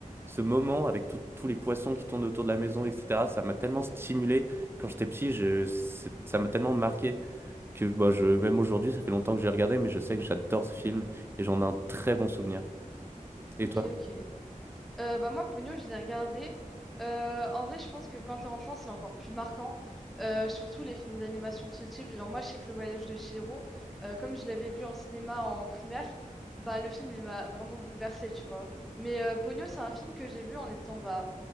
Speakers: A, on the right; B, in the centre.
A: ce moment avec tout- tous les poissons qui tournent autour de la maison, etc., ça m'a tellement stimulé quand j'étais petit, je, c'est- ça m'a tellement marqué que bah, je, même aujourd'hui, ça fait longtemps que j'ai regardé, mais je sais que j'adore ce film et j'en ai un très bon souvenir. Et
B: Ok,
A: toi?
B: ok. Euh, bah moi, Pogno, je l'ai regardé. Euh, en vrai, je pense que quand t'es enfant, c'est encore plus marquant. Euh, surtout les films d'animation de ce type. Genre, moi, je sais que Le Voyage de Chihiro, euh, comme je l'avais vu en cinéma en primaire, bah, le film, il m'a vraiment bouleversée, tu vois. Mais euh, Pogno, c'est un film que j'ai vu en étant bah,